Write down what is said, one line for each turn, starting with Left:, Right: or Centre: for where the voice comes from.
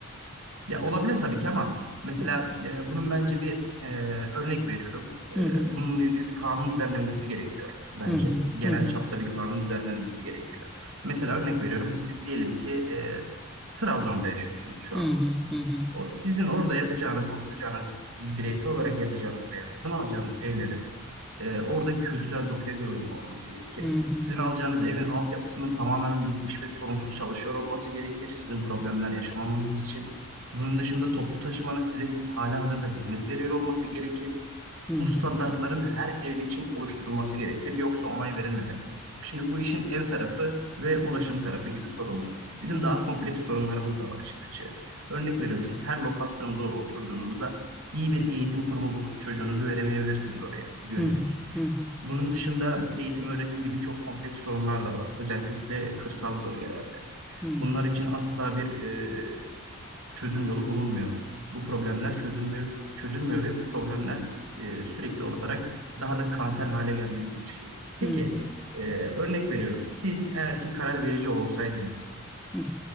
Right: Ya olabilir tabii ki ama mesela
Centre: Hı
Right: e, bunun bence bir e, örnek veriyorum. E,
Centre: hı hı
Right: bununla ilgili bir kanun düzenlenmesi gerekiyor bence.
Centre: hı
Right: Genel
Centre: hı hı
Right: çapta bir kanun düzenlenmesi gerekiyor. Mesela örnek veriyorum siz diyelim ki e, Trabzon'da yaşıyorsunuz şu
Centre: hı
Right: an.
Centre: hı hı hı
Right: o sizin orada yapacağınız, oturacağınız, bireysel olarak yapacağınız veya satın alacağınız evlerin e, orada kültürel dokuya göre uygun olması gerekir.
Centre: hı hı
Right: Sizin
Centre: hı
Right: alacağınız evin altyapısının tamamen bitmiş ve sorunsuz çalışıyor olması gerekir. Sizin problemler yaşamamanız için. Bunun dışında toplu taşımanın size halihazırda hizmet veriyor olması gerekir.
Centre: hı hı
Right: Bu standartların her ev için oluşturulması gerekir, yoksa onay verilmemesi gerekir. Şimdi bu işin ev tarafı ve ulaşım tarafı gibi sorunlar. Bizim
Centre: hı
Right: daha kompleks sorunlarımız da var işin açığı. Örnek veriyorum, siz her lokasyonda oturduğunuzda iyi bir eğitim kurumu bulup çocuğunuzu veremeyebilirsiniz oraya güvenerek.
Centre: hı hı hı
Right: Bunun dışında eğitim öğretim gibi çok kompleks sorunlar da var. Özellikle kırsal bölgelerde.
Centre: hı
Right: Bunlar için asla bir e, çözüm yolu bulunmuyor. Bu problemler çözülmüyor, çözülmüyor ve bu problemler e, sürekli olarak daha da kanser hale gelmeye başlıyor. Peki,
Centre: hı
Right: e, örnek veriyorum. Siz eğer ki karar verici olsaydınız
Centre: hı hı.